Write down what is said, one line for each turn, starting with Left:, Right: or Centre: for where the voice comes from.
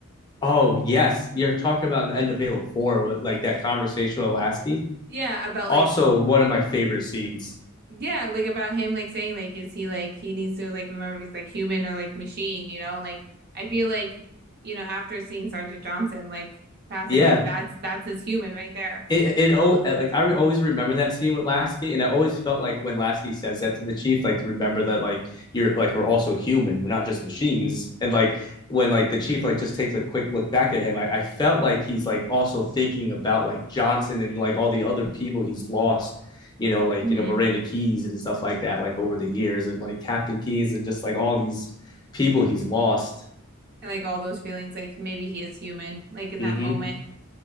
Left: Oh yes, you're talking about the end of Halo Four, with, like that conversation with Lasky.
Right: Yeah, about
Left: Also,
Right: like
Left: one of my favorite scenes.
Right: yeah, like about him like saying like is he like he needs to like remember if he's like human or like machine, you know? And, Like I feel like you know after seeing Sergeant Johnson like passing,
Left: Yeah,
Right: like that's that's his human right there.
Left: it it oh like I re- always remember that scene with Lasky, and I always felt like when Lasky says that to the chief, like to remember that like you're like we're also human, we're not just machines. And like when like the chief like just takes a quick look back at him, I, I felt like he's like also thinking about like Johnson and like all the other people he's lost, you know, like
Right: hmm
Left: you know Miranda Keys and stuff like that, like over the years, and like Captain Keys and just like all these people he's lost.
Right: and like all those feelings, like maybe he is human, like in
Left: Mm-hmm.
Right: that moment.